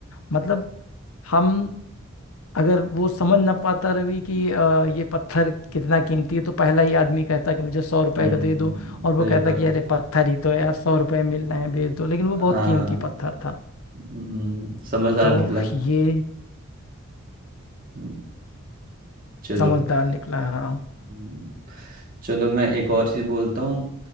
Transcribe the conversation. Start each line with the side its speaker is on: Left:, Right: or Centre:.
Left: मतलब हम अगर वो समझ ना पाता रवि कि अ, ये पत्थर कितना कीमती है तो पहला ही आदमी कहता कि मुझे सौ रुपए
Right: हम्म,
Left: का दे दो और वो
Right: सही
Left: कहता
Right: बात
Left: कि अरे
Right: है
Left: पत्थर ही तो है यार सौ रुपए मिल रहे हैं बेच दो लेकिन वो बहुत
Right: हाँ
Left: कीमती पत्थर था
Right: हम्म, समझदार
Left: तो
Right: निकला
Left: ये
Right: हम्म, चलो
Left: समझदार निकला हाँ
Right: हम्म, चलो मैं एक और चीज बोलता हूँ